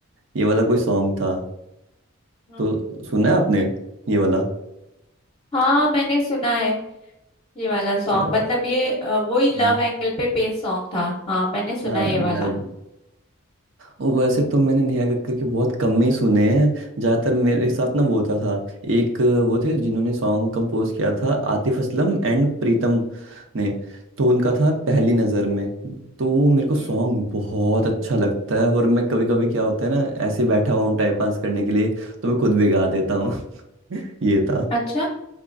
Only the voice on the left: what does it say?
हम्म,
हाँ
हाँ मैंने सुना है ये वाला सॉन्ग
मतलब ये अ, वही
लव एंगल पे बेस्ड सॉन्ग था हाँ मैंने सुना
है ये वाला
हम्म
हम्म।
अच्छा